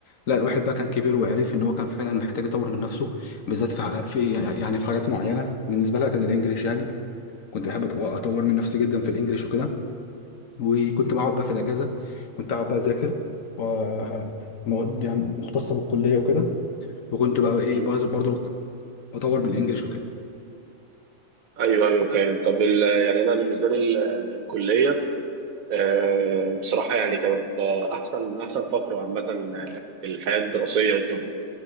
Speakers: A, on the left; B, on the right.
A: لا الواحد بقى كان كبير وعرف ان هو كان فعلا محتاج يطور من نفسه بالذات في في يعني في حاجات معينه بالنسبه لها كان الانجليش يعني كنت بحب أطو- اطور من نفسي جدا في الانجليش وكده وكنت بقعد بقى في الاجازه كنت اقعد بقى اذاكر ومواد يعني مختصه بالكليه وكده وكنت بقى ايه
B: مم.
A: بز- برضو بطور من الانجليش وكده
B: ايوه ايوه فاهم طب ال- يعني انا بالنسبه لي ال- الكليه آه، بصراحة يعني كانت آه، أحسن أحسن فترة عامة آه، في الحياة الدراسية وكده